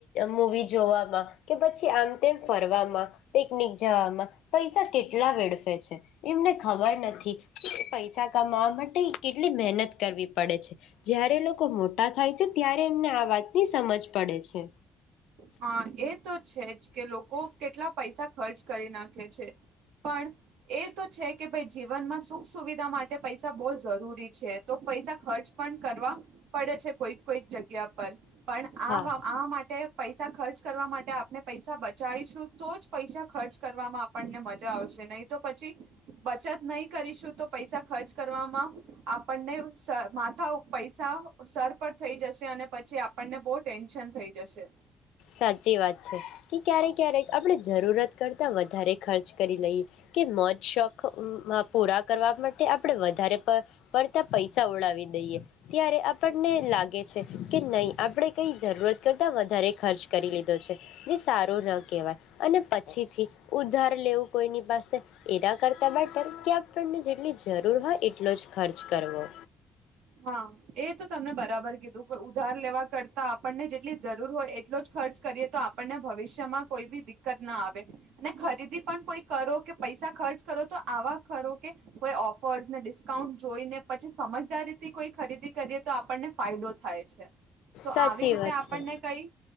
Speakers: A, on the left; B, on the right.
A: મૂવી જોવામાં કે પછી આમ તેમ ફરવામાં પિકનિક જવામાં પૈસા કેટલા વેડફે છે એમને ખબર નથી પૈસા કમાવા માટે કેટલી મહેનત કરવી પડે છે, જ્યારે લોકો મોટા થાય છે ત્યારે એમને આ વાતની સમજ પડે છે.
B: હા, એ તો છે જ કે લોકો કેટલા પૈસા ખર્ચ કરી નાખે છે પણ એ તો છે કે ભાઈ જીવનમાં સુખ સુવિધા માટે પૈસા બહુ જરૂરી છે, તો પૈસા ખર્ચ પણ કરવા પડે છે કોઈક કોઈક જગ્યા પર પણ આ
A: હા
B: આ માટે પૈસા ખર્ચ કરવા માટે આપને પૈસા બચાવીશું તો જ પૈસા ખર્ચ કરવામાં આપણને મજા આવશે નહી તો પછી બચત નહી કરીશું તો પૈસા ખર્ચ કરવામાં આપણને માથા પૈસા સર પર થઈ જશે અને પછી આપણને બહુ ટેન્શન થઈ જશે
A: સાચી વાત છે, કે ક્યારે ક્યારે આપણે જરૂરત કરતા વધ વધારે ખર્ચ કરી લઈ કે મોજ શોખ પૂરા. કરવા માટે આપણે વધારે પ પડતા પૈસા ઓડાવી દઈએ, ત્યારે આપણને લાગે છે કે નહીં આપણે કંઈ જરૂરત કરતાં વધારે ખર્ચ કરી લીધો છે, જે સારો ના કેહેવાય, અને પછીથી ઉધાર લેવું કોઈની પાસે એના કરતા માટે આપણને જેટલી જરૂર હોય એટલો જ ખર્ચ કરવો.
B: હા એ તો તમને બરાબર કીધું ઉધાર લેવા કરતા આપણને જેટલી જરૂર હોય એટલો જ ખર્ચ કરીએ તો આપણને ભવિષ્યમાં કોઈ બી દિક્કત ના આવે, અને ખરીદી પણ કોઈ કરો કે પૈસા ખર્ચ કરો તો આવા ખો કે, કોઈ ઓફર્સ ને ડિસ્કાઉન્ટ જોઈ ને પછી સમજદારી કોઈ ખરીદી કરીએ તો આપણને ફાયદો થાય છે. તો
A: સાચી
B: આવી રીતે
A: વાત
B: આપણને
A: છે
B: કઈ